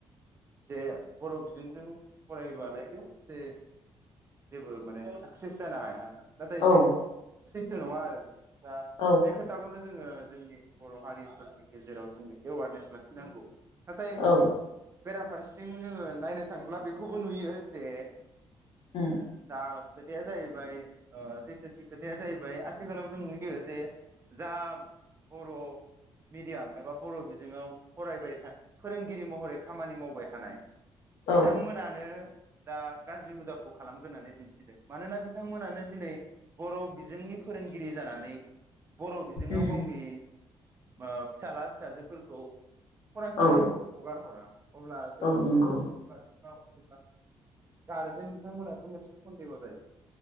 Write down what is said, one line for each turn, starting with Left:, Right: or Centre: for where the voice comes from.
Right: जे बर' बिजोंजों फरायबालायनो जे जेबो माने सा क्सेस जानो हाया होनना। नाथाय बेयो
Left: औ
Right: सैथो नङा आरो। दा
Left: औ
Right: बे खोथाखौनो जोङो जोंनि बर' हारिफोरनि गेजेराव जोङो एवारनेस लाखिनांगौ। नाथाय
Left: औ
Right: बेराफारसेथिं जोङो नायनो थांब्ला बेखौबो नुयो जे
Left: उम
Right: दा खोथाया जाहैबाय ओ सैथोथि खोथाया जाहैबाय आथिखालाव जों नुयो जे जा बर' मिडियाम एबा बर' बिजोङाव फरायबाय फोरोंगिरि महरै खामानि मावबाय थानाय बिथांमोनानो
Left: औ
Right: दा गाज्रि हुदाखौ खालामग्रोनानै दिन्थिदों। मानोना बि थांमोनानो दिनै बर' बिजोंनि फोरोंगिरि जानानै बर' बिजोङाव
Left: उम
Right: गावनि ओ फिसाला फिसाजोफोरखौ फरायसालियाव
Left: औ
Right: हगार हरा अब्ला जोंनि
Left: औ नंगौ
Right: फो <unintelligible> गारजेन बिथांमोनाथ' मोनसे सन्देह' जायो।